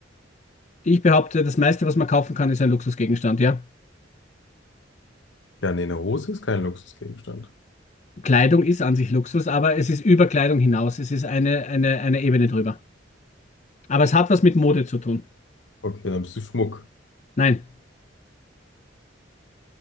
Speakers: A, on the left; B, on the left.
A: Ich behaupte, das meiste, was man kaufen kann, ist ein Luxusgegenstand, ja.
B: Ja, nee, eine Hose ist kein Luxusgegenstand.
A: Kleidung ist an sich Luxus, aber es ist über Kleidung hinaus. Es ist eine, eine, eine Ebene drüber. Aber es hat was mit Mode zu tun.
B: Okay, dann bist du Schmuck.
A: Nein,